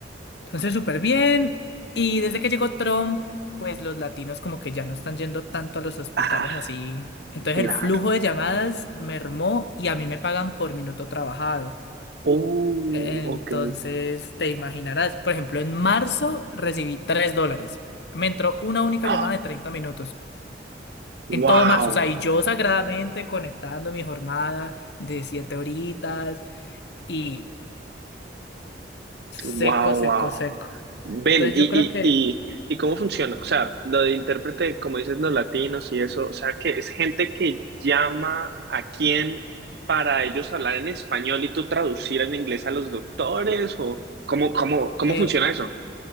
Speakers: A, on the left; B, on the right.
A: Entonces súper bien y desde que llegó Trump, pues los latinos como que ya no están yendo tanto a los hospitales
B: Ah,
A: así. Entonces
B: claro.
A: el flujo de llamadas mermó y a mí me pagan por minuto trabajado.
B: Oh,
A: Entonces,
B: ok.
A: te imaginarás, por ejemplo, en marzo recibí 3 dólares. Me entró una única
B: <gasps>
A: llamada de 30 minutos. En todo
B: Ah,
A: marzo,
B: wow.
A: o sea, y yo sagradamente conectando mi jornada de 7 horitas y seco,
B: Wow,
A: seco,
B: wow.
A: seco.
B: Ven,
A: Entonces
B: y,
A: yo creo que
B: y, y, ¿y cómo funciona? O sea, lo de intérprete, como dices, los latinos y eso, o sea, que es gente que llama a quién para ellos hablar en español y tú traducir en inglés a los doctores, o cómo, cómo, cómo
A: eh,
B: funciona eso?